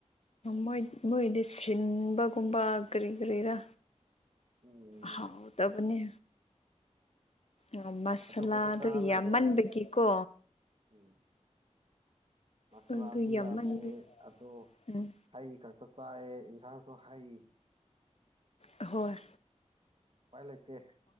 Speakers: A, on the left; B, on the right.
A: ꯃꯣꯏ ꯃꯣꯏꯗꯤ ꯁꯤꯟꯕꯒꯨꯝꯕ ꯀꯔꯤ ꯀꯔꯤꯔ
B: ꯎꯝ
A: ꯍꯥꯎ ꯇꯕꯅꯤ ꯑꯣ ꯃꯁꯂꯥꯗꯣ
B: ꯑꯗꯨ ꯈꯛꯇ ꯆꯥꯔ
A: ꯌꯥꯝꯃꯟꯕꯒꯤꯀꯣ
B: ꯂꯩꯔꯦ ꯎꯝ ꯃꯁꯂꯥꯁꯨ
A: ꯑꯗꯨ ꯌꯥꯝꯃꯟꯕꯩ
B: ꯌꯥꯝꯃꯦ ꯑꯗꯣ
A: ꯎꯝ
B: ꯍꯩ ꯈꯛꯇ ꯆꯥꯏꯑ ꯌꯦꯟꯁꯥꯡꯁꯨ ꯍꯩ
A: ꯍꯣꯏ
B: ꯎꯄꯥꯏ ꯂꯩꯇꯦ